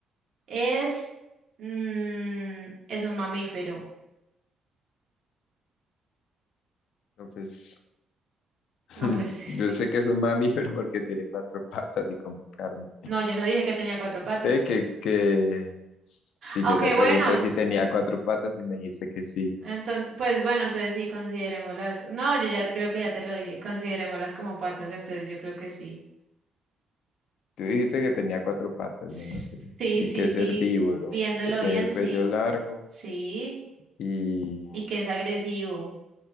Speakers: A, on the right; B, on the left.
A: Es, mm, es un mamífero.
B: No, pues <laughs>
A: No, pues <laughs> sí.
B: yo sé que es un mamífero <laughs> porque tiene cuatro patas y come carne.
A: No, yo no dije que tenía cuatro patas.
B: Sé que, que si
A: Aunque
B: yo te pregunté
A: bueno,
B: si tenía cuatro patas y me dijiste que sí.
A: Entonces, pues bueno, entonces sí, considerémoslas. No, yo ya te- creo que ya te lo dije, considerémoslas como patas, entonces yo creo que sí.
B: Tú dijiste que tenía cuatro patas,
A: Sí,
B: yo no sé. Y
A: sí,
B: que es
A: sí,
B: herbívoro,
A: viéndolo
B: que tiene
A: bien,
B: el
A: sí,
B: cuello largo
A: sí,
B: y
A: y que es agresivo.